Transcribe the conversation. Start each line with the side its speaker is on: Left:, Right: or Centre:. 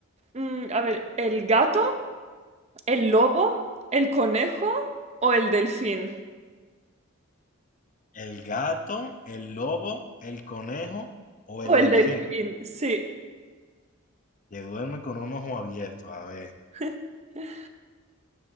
Right: Mm, a ver, ¿el gato? ¿El lobo, el conejo o el delfín?
Left: ¿El gato, el lobo, el conejo o el
Right: O
Left: delfín?
Right: el delfín, sí.
Left: Que duerme con un ojo abierto. A ver.
Right: <laughs>